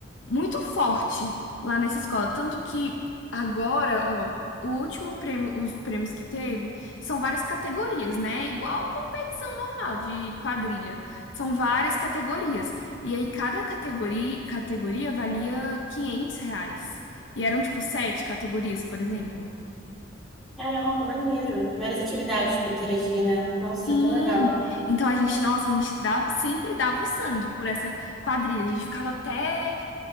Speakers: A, on the left (about 70°); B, in the centre.
A: muito forte lá nessa escola. Tanto que agora, ó, o último prêmio, os prêmios que teve são várias categorias, né? Igual competição normal de quadrilha. São várias categorias. E aí cada categoria, categoria valia 500 reais. E eram tipo sete categorias, por exemplo.
B: Caramba, maneiro. Várias atividades para interagir, né? Nossa,
A: Sim,
B: é tão legal.
A: então a gente, nossa, a gente dava, sempre dava o sangue por essa quadrilha. A gente ficava até